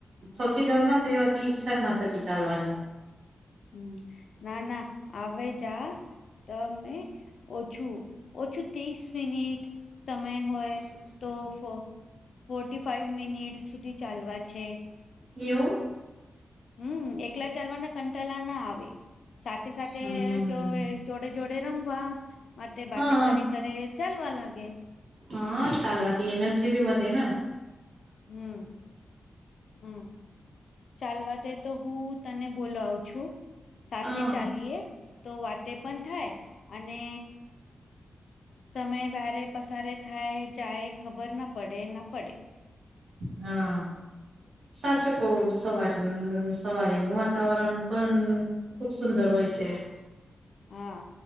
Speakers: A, on the right; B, on the left.
A: થોકી જઉં તેવાતી ઈચ્છા ના થતી ચાલવાની.
B: હમ ના ના આવેવે જાા તો અમે ઓછું ઓછું ત્રીસ મિનિટ સમય હોય તો ફર્ટી ફાઈવ મિનિટસ સુધી ચાલવા છે
A: એવું
B: હમ એકલા ચાલવાના કંટાલા ના આવે સાથે સાથે
A: હમ
B: જો જોડે જોડે રમવા માટે
A: હા
B: બાતે કરે કરે ચાલ વાલાગે
A: હા ચાલવાતી એનરજીીબી મ
B: હમ હમ ચાલવાત તો હું તને બોલાવું છું સાથે
A: હા
B: ચાલીય તો વાતે પણ થાય અને સમય વાારે પસારે થાય જાય ખબર ના પડે ના પડે
A: હા સાચું કવ સવાર સવારેનું વાતાવરણ પણ ખુબ સુંદર હોય છે
B: હા